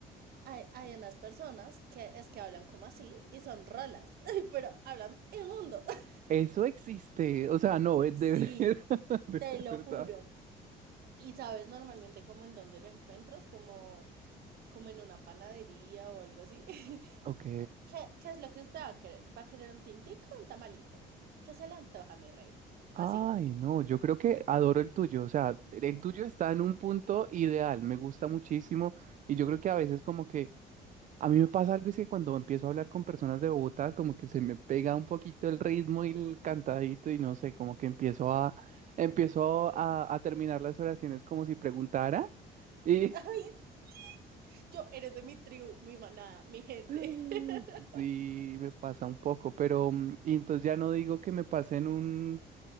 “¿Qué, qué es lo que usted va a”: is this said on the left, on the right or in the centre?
Right